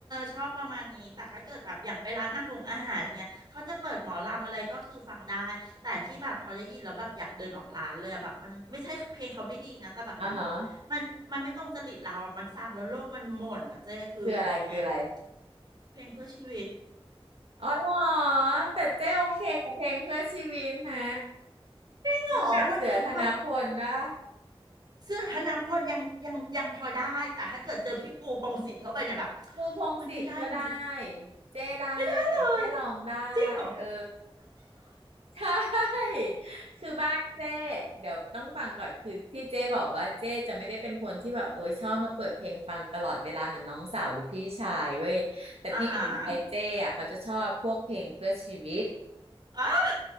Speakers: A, on the right (about 45°); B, on the right (about 85°).
A: ชอบประมาณนี้แต่ถ้าเกิดแบบอย่างไปร้านอาหงอาหารอย่างเงี้ยเขาจะเปิดหมอลำอะไรก็คือฟังได้แต่ที่แบบพอได้ยินแล้วแบบอยากเดินออกร้านเลยอะแบบมันไม่ใช่เพลงเขาไม่ดีนะแต่แบบเหมือน
B: อ่าฮะ
A: มันมันไม่ตรงจริตเราอะมันฟังแล้วโลกมันหม่นอ่ะเจ้คืออันนี้อะ
B: คืออะไรคืออะไร
A: เพลงเพื่อชีวิต
B: อ๋อเหรอแต่เจ๊โอเคกับเพลงเพื่อชีวิตนะ
A: หรออ้วนฟังแล้วแบบ
B: รู้จักเสือธนพลนะ
A: เสื้อธนพลยังยังยังพอได้แต่ถ้าเกิดเจอพี่ปูพงษ์สิทธิ์เข้าไปเนี่ยแบบ
B: ปูพงษ์สิทธิ์ก็ได้
A: มันไม่ได้จริง
B: เจ้ได้
A: ๆไม่ได้เลย
B: เจ้ลองได้
A: จริงเหรอ
B: เออใช่ <laughs> คือบ้านเจ้เดี๋ยวต้องฟังก่อนคือที่เจ้บอกว่าเจ้จะไม่ได้เป็นคนที่แบบโอ้ยชอบมาเปิดเพลงฟังตลอดเวลาเหมือนน้องสาวหรือพี่ชายเว้ยแต่พี่ชายเจ้อะเขาจะชอบพวกเพลงเพื่อชีวิต
A: อาหารอ่า